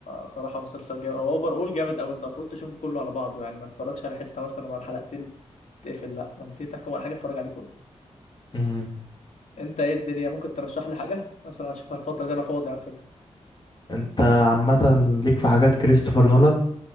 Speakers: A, on the left; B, on the left.
A: صراحه مسلسل جامد هو اوفر اول جامد او انت المفروض تشوفه كله على بعضه يعني ما تتفرجش على حته مثلا ولا حلقتين تتقفل لا لما تيجي تحكم على حاجه اتفرج عليه كله
B: عم
A: انت ايه الدنيا ممكن ترشح لي حاجه مثلا اشوفها الفتره دي انا فاضي على فكره
B: انت عامة ليك في حاجات كريستوفر نولان